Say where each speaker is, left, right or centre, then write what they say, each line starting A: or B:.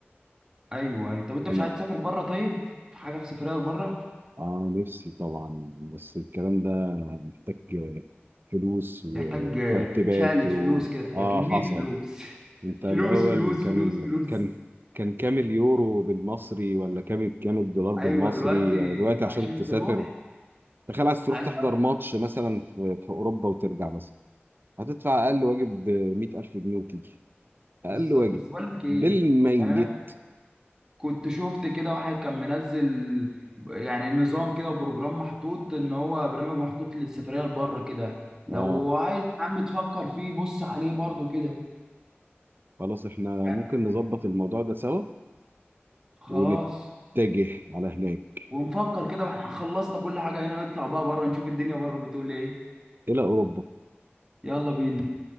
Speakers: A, on the right (about 15°); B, on the right (about 55°).
A: ايوه ايوه طب انت
B: ال-
A: مش عايز تسافر بره طيب في حاجه في سفريه لبره
B: اه نفسي طبعا بس الكلام ده محتاج فلوس وترتيبات
A: محتاج آه، شقلة
B: و...
A: فلوس كده
B: اه
A: كميه
B: حصل
A: فلوس
B: انت
A: <laughs>
B: الاول
A: فلوس فلوس
B: كان
A: فلوس
B: ال...
A: فلوس
B: كان كان كام اليورو بالمصري ولا كام كام الدولار بالمصري
A: ايوه دلوقتي
B: يعني دلوقتي
A: انت
B: عشان
A: عشان
B: تسافر
A: تروح
B: تخيل عايز تروح
A: عايز
B: تحضر ماتش مثلا في, في اوروبا وترجع مثلا هتدفع اقل واجب 100000 جنيه وتيجي اقل
A: بالظبط
B: واجب
A: بس بقول لك ايه
B: بالميت
A: يعني انا كنت شفت كده واحد كان منزل يعني نظام كده وبروجرام محطوط ان هو برنامج محطوط للسفرية لبره كده لو
B: اه
A: عايز يا عم تفكر فيه بص عليه برضو كده
B: خلاص احنا ممكن
A: يعني
B: نظبط الموضوع ده سوا
A: خلاص
B: ونتجه على هناك
A: ونفكر كده واحنا خلصنا كل حاجة هنا نطلع بقى بره نشوف الدنيا بره بتقول ايه
B: الى اوروبا
A: يلا بينا